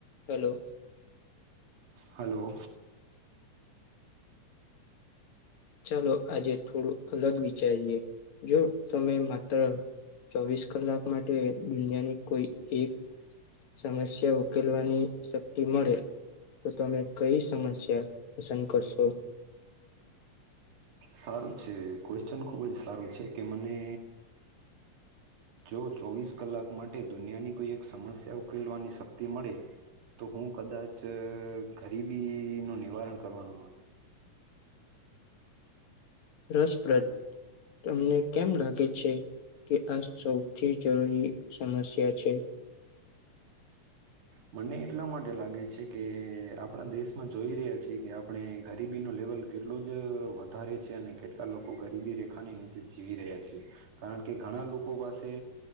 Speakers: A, on the left (about 65°); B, on the right (about 85°).
A: Hello.
B: Hello.
A: ચાલો આજે થોડું અલગ વિચારીએ. જો તમે માત્ર ચોવીસ કલાક માટે દુનિયાની કોઈ એક સમસ્યા ઉકેલવાની શક્તિ મળે, તો તમે કઈ સમસ્યા પસંદ કરશો?
B: સારું છે ક્વેશ્ચન ખુબ જ સારું છે કે મને જો ચોવીસ કલાક માટે દુનિયાની કોઈ એક સમસ્યા ઉકેલવાની શક્તિ મળે, તો હું કદાચ ગરીબી નું નિવારણ કરવાનું માંગીશ.
A: રસપ્રદ, તમને કેમ લાગે છે કે આ સૌથી જરૂરી સમસ્યા છે?
B: મને એટલા માટે લાગે છે કે આપણા દેશમાં જોઈ રહ્યા છીએ કે આપણે ગરીબીનો લેવલ કેટલો જ વધારે છે અને કેટલા લોકો ગરીબી રેખાની નીચે જીવી રહ્યા છીએ. કારણ કે ઘણા લોકો પાસે